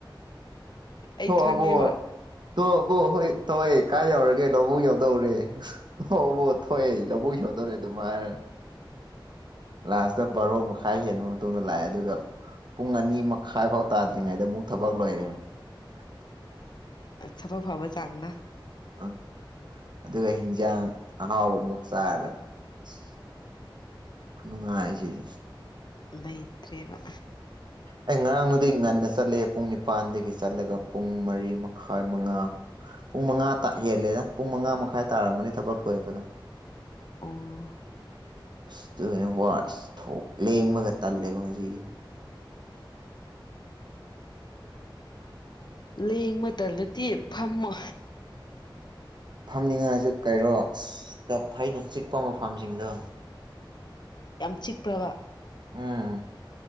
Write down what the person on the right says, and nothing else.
ꯊꯣꯛꯑꯕꯣ
ꯊꯣꯛꯕꯣ ꯍꯣꯏ ꯇꯣꯛꯑꯦ ꯀꯥꯏ ꯌꯧꯔꯒꯦ <inaudible> ꯌꯥꯎꯗꯣꯔꯦ ꯍꯧꯕꯣ ꯊꯣꯛꯑꯦ ꯂꯧꯕꯨꯛ ꯌꯧꯗꯣꯔꯦ ꯑꯗꯨꯃꯥꯢ ꯂꯥꯁꯇ ꯕꯥꯔꯣ ꯃ ꯈꯥꯏ ꯍꯦꯟꯕ ꯃꯇꯨꯡꯗ ꯂꯥꯛꯑꯦ ꯑꯗꯨꯒ ꯄꯨꯡ ꯑꯅꯤ ꯃꯈꯥꯏ ꯐꯥꯎ ꯇꯥꯗ꯭ꯔꯤꯉꯩꯗ ꯑꯃꯨꯛ ꯊꯕꯛ ꯂꯣꯏꯔꯦ <unintelligible>
ꯑ ꯑꯗꯨꯒ ꯍꯤꯟꯖꯥꯡ ꯑꯍꯥꯎꯕꯃꯨꯛ ꯆꯥꯂꯦ ꯏꯁ ꯈꯨꯅꯨꯡꯉꯥꯏꯁꯤꯗꯤ
ꯑꯩ ꯉꯔꯥꯡꯅꯣꯏꯗꯩ ꯉꯟꯅ ꯆꯠꯂꯦ ꯄꯨꯡ ꯅꯤꯄꯥꯟꯗꯒꯤ ꯆꯠꯂꯒ ꯄꯨꯡ ꯃꯔꯤ ꯃꯈꯥꯏ ꯃꯉꯥ ꯄꯨꯡ ꯃꯉꯥ ꯇ ꯍꯦꯜꯂꯦꯗ ꯄꯨꯡ ꯃꯉꯥ ꯃꯈꯥꯏ ꯇꯥꯔꯝꯃꯅꯤ ꯊꯕꯛ ꯂꯣꯏꯕꯗ‌ꯣ
ꯑꯁ ꯑꯗꯨꯒꯅ‌ꯦ ꯋꯥꯔ‌ꯦ ꯑꯁ ꯊꯣꯛ ꯂꯦꯡꯕꯒ ꯇꯜꯂꯦꯕ ꯉꯁꯤꯗꯤ
ꯐꯝꯅꯤꯡꯉꯥꯏꯁꯨ ꯀꯩꯅ‌ꯣ ꯏꯁ ꯀꯥꯛꯐꯩꯅ ꯆꯤꯛꯄ ꯃꯐꯝꯁꯤꯡꯗꯣ
ꯎꯝ